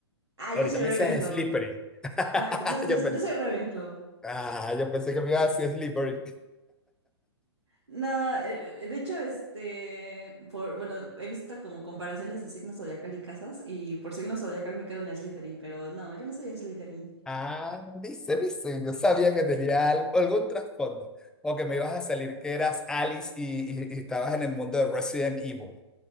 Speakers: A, on the right; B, in the centre.
A: Ah,
B: Ahorita
A: yo soy
B: me
A: Ravenclaw.
B: dices Slytherin. <laughs>
A: No, yo, yo- yo-
B: Yo pensé,
A: yo soy Ravenclaw.
B: ah, yo pensé que me iba a decir Slytherin.
A: No, eh, de hecho, este, por, bueno, he visto como comparaciones de signos zodiacal y casas, y por signo zodiacal me quedo en Slytherin, pero no, yo no soy Slytherin.
B: Ah, dice, dice. Yo sabía que tenía algo- algún trasfondo. O que me ibas a salir que eras Alice y, y- y estabas en el mundo de Resident Evil.